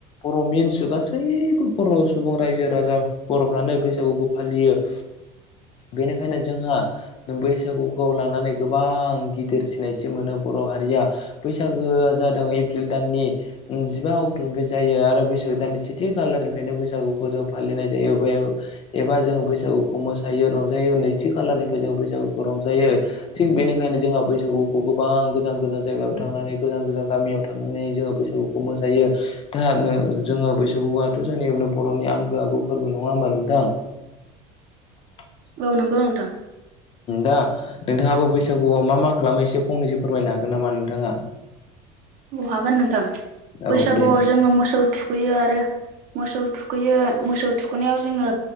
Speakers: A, on the left; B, on the right.
A: बर' मिन्स गासैबो बर' सुबुं रायजो राजा बर'फ्रानो बैसागुखौ फालियो <unintelligible> बेनिखायनो जोंहा बैसागुखौ लानानै गोबां गिदिर सिनायथि मोनो बर' बर' हारिया बैसागोआ जादों एप्रिल दाननि जिबा अक्ट निफ्राय जायो आरो बैसागो दाननि सेथि खालारनिफ्रायनो बैसागुखौ जों फालिनाय जायो एबा जोङो बैसाग बैसागुखौ मोसायो रंजायो नैथि खालारनि ज बैसागुखौ रंजायो थिग बेनिखायनो जोंहा बैसागुखौ गोबां गोजान गोजान जायगायाव थांनानै गोजान गोजान गामियाव थानानै जोङो बैसागुखौ मोसायो दा जोङो बैसागुआथ' जोंनि बर'नि आंगो आगु फोरबो नङा होमबा नोंथां <inaudible>
B: औ नंगौ नोंथां
A: आ नोंथाङाबो बैसागुआव मा मा खालामो एसे फंनैसो फोरमायनो हागोन नामा नोंथाङा
B: औ हागोन नोंथां
A: औ
B: बैसागुआव
A: दे नोंथां
B: जोङो मोसौ थुखैयो आरो मोसौ थुखैयो मोसौ थुखैनायाव जोङो